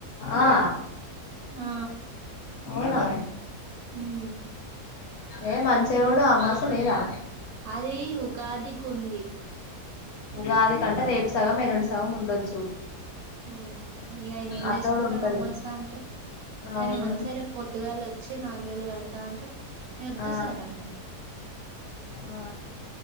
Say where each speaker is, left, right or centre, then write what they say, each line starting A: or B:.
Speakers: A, on the left (about 70°); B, on the right (about 70°).
A: ఆ ఆ
B: హా
A: అవునా?
B: హ్మ్
A: ఏ మంచిగాయుడు అమాస లేదా?
B: అది ఉగాదికి ఉంది.
A: ఉగాది కంటే రేపు సగం ఎల్లుండి సగం ఉండొచ్చు.
B: ఆ ఇగ ఆయన ఏం
A: అట్లా
B: చేసుకుంటాడు.
A: కూడా ఉంటది
B: అమసా అంటే ఆయన
A: అవును
B: మంచి సరే పొద్దుగాల వచ్చి నాలుగు వేలు కడతా అంటే నేను వద్దు
A: ఆ
B: సార్ అన్న
A: ఆ